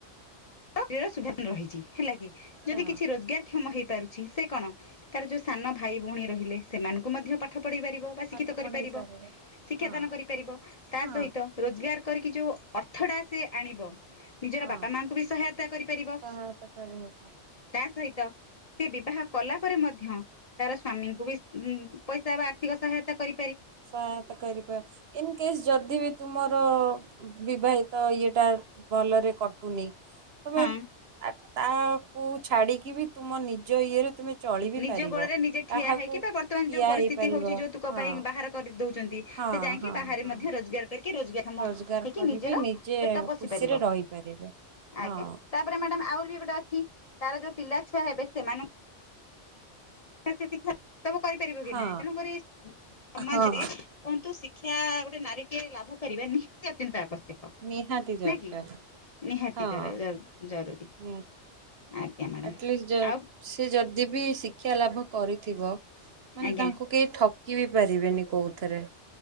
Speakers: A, on the left; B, on the right.
A: ଶ ସୁ ରହିଛି ହେଲା କି? ଯଦି
B: ହଁ
A: କିଛି ରୋଜଗାର କ୍ଷମ ହେଇପାରୁଛି। ସେ କଣ ତାର ଯୋଉ ସାନ ଭାଇ ଭଉଣୀ ରହିଲେ। ସେମାନଙ୍କୁ ମଧ୍ୟ ପାଠ ପଢ଼ାଇ ପାରିବ ବା ଶିକ୍ଷିତ
B: ପାଠ
A: କରିପାରିବ
B: ପଢେଇ ପାରିବା
A: ଶିକ୍ଷାଦାନ
B: ହଁ।
A: କରିପାରିବ ତା
B: ହଁ
A: ସହିତ ରୋଜଗାର। କରିକି ଯେଉଁ ଅର୍ଥଟା ସେ ଆଣିବ। ନିଜର
B: ହଁ
A: ବାପା ମା ହାୟ କରିପାର
B: ସହାୟତା କରିହବ
A: ତା ସ ସେ ବିବାହ କଲା ପରେ ମଧ୍ୟ ତାର ସ୍ଵାମୀଙ୍କୁ ବି ପଇସା ବା ଆର୍ଥିକ ସହାୟତା କରି
B: ସହାୟତା କରିବା ଇନ କେସ୍ ଯଦି ବି ତୁମର ବିବାହିତ ଇ ଟା ଭଲରେ କଟୁନି। ତମେ।
A: ହଁ
B: ତାକୁ ଛାଡିକି ବି ତୁମ ନିଜ ଇଏରେ ତୁମେ। ଚଳି ବିି
A: ନିଜ
B: ପାରିବ।
A: ଗୋଡରେ ନିଜେ ଠିଆ
B: କାହାକୁ
A: ହେଇକି ବା ବର୍ତ୍ତମାନ
B: ଠିଆ
A: ଯୋଉ ପରିସ୍ଥିତି
B: ହେଇପାରିବ
A: ହଉଛି ଯୌତୁକ
B: ହଁ
A: ପାଇଁ ବାହାର। କରିଦଉଛି। ଛନ୍ତି
B: ହଁ
A: ସେ ଯାଇକି
B: ହଁ
A: ବାହାରେ
B: ହଁ
A: ମଧ୍ୟ ରୋଜଗାର କରି ରୋଜଗାରକ୍ଷମ
B: ରୋଜଗାର
A: ହେଇକି
B: କରିବି
A: ନିଜର
B: ନିଜେ
A: ପେଟ ପୋଷି
B: ଖୁସିରେ
A: ପାରିବ
B: ରହିପାରିବେ। ହଁ
A: ଆଜ୍ଞା ତାପରେ ମ୍ୟାଡାମ ଆହୁରି ବି ଗୋଟେ ଅଛି। ତାର ଯୋଉ ପିଲା ଛୁଆ ହେବେ ସେମାନେ କେ ଶିକ୍ଷା। ସବୁ କରିପାରିବ
B: ହଁ
A: କି ନାହିଁ ତେଣୁକରି ସମାଜରେ
B: ହଁ
A: କୁହନ୍ତୁ ସିଖ୍ ଶିକ୍ଷା ଗୋଟେ ନାରୀଟିଏ ଲାଭ କରିବା ନିହାତି ଅତ୍ୟନ୍ତ ଆବଶ୍ୟକ।
B: ନିହାତି ଦରକାର।
A: ନା କି ନିହାତି
B: ହଁ
A: ଜରୁରୀ ଆଜ୍ଞା ମ୍ୟାଡାମ
B: ଆଟଲିଷ୍ଟ
A: ଆଉ
B: ସେ ଯଦି ବି ଶିକ୍ଷା ଲାଭ କରିଥିବ ମାନେ
A: ଆଜ୍ଞା
B: ତାଙ୍କୁ କେହି ଠକ ଇଏ ବି ପାରିବେନି କୋଉଥରେ।